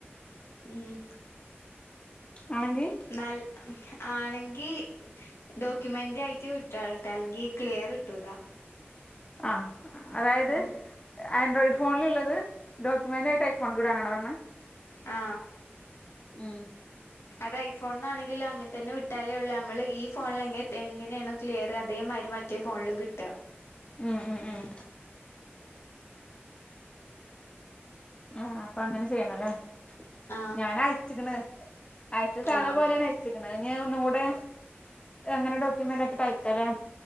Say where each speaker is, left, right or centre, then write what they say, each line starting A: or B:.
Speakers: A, on the left; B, on the left.
A: മ്
B: ആണെങ്കി
A: നൽ ആണെങ്ക ക്കി ഡോക്യമെന്റായിട്ട് വിട്ടോളാട്ടാ ല്ലെങ്കിൽ ക്ലിയർ കിട്ടൂല
B: ആ അതായത്
A: ഉം
B: ആൻഡ്രോയിഡ് ഫോണില്ള്ളത് ഡോക്യുമെന്റായിട്ട് ഐ ഫോൺക് ഇടാനാണോ പറഞ്ഞത്
A: ആ
B: ഉം
A: അത് ഐ ഫോൺന്നാണെങ്കിലും അങ്ങൻതന്നെ വിട്ടാലേ ഉള്ളൂ അമ്മള് ഈ ഫോണില് എങ്ങ എങ്ങനെയണോ ക്ലിയർ അതേ മറ്റേ ഫോണിലും കിട്ടുക.
B: ഉം ഉം ഉം ആ അപ്പ അങ്ങനെ ചെയ്യണല്ലേ
A: ആഹ്
B: ഞാൻ അയച്ച്ക്കണ്. അയച്ച സാധാ
A: ആഹ്
B: പോലെയാണ് അയച്ചിക്ക്ണത്. അത് ഞാൻ ഒന്നും കൂടെ എങ്ങനെ ഡോക്യുമെന്റ് ആക്കിട്ടയക്കാല്ലേ?